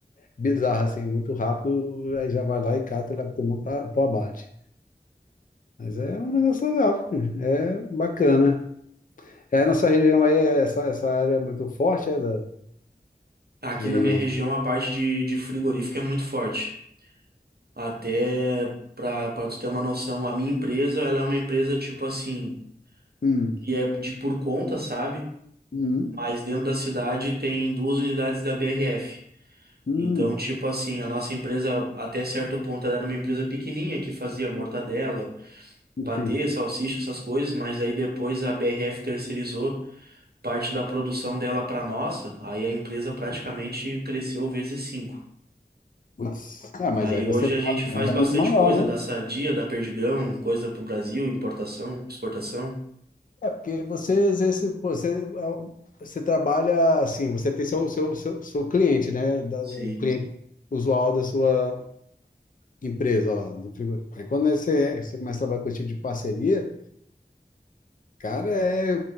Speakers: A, on the left; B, on the right.
A: bizarra, assim, muito rápido, aí já vai lá e cata e leva todo mundo para o abate. Mas é um negócio legal, filho. é bacana. É, nossa região aí, é essa, essa área é muito forte, é da,
B: Aqui
A: de...
B: na minha região, a parte de, de frigorífico é muito forte. Até para para tu ter uma noção, a minha empresa, ela é uma empresa tipo assim.
A: Hum,
B: que é de por conta, sabe?
A: hum,
B: Mas dentro da cidade tem duas unidades da BRF.
A: hum,
B: Então, tipo assim, a nossa empresa, até certo ponto, ela era uma empresa pequenininha que fazia mortadela, patê,
A: sim.
B: salsicha, essas coisas, mas aí depois a BRF terceirizou parte da produção dela para nossa, aí a empresa praticamente cresceu vezes cinco.
A: Putz. Ah, mas
B: Aí
A: aí você
B: hoje
A: tem
B: a gente
A: uma demanda
B: faz bastante
A: muito maior,
B: coisa
A: né?
B: da Sadia, da Perdigão, coisa pro Brasil, importação, exportação.
A: É, porque você exerce, pô, você, é um- você trabalha assim, você tem seu, seu, seu, seu cliente, né? Da-
B: Sim.
A: o cliente usual da sua, empresa lá do frigorífico. Aí quando você, você começa a trabalhar com esse tipo de parceria, cara, é